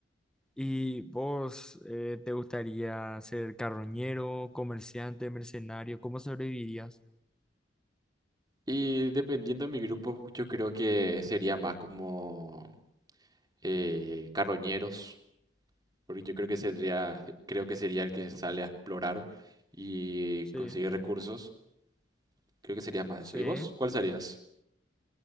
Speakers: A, in the centre; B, on the right.
A: ¿Y vos eh, te gustaría ser carroñero, comerciante, mercenario? ¿Cómo sobrevivirías?
B: Y dependiendo de mi grupo, yo creo que sería más como eh, carroñeros, porque yo creo que sería, creo que sería el que sale a explorar y
A: Sí,
B: conseguir recursos. Creo que serías más eso.
A: sí.
B: ¿Y vos? ¿Cuál serías?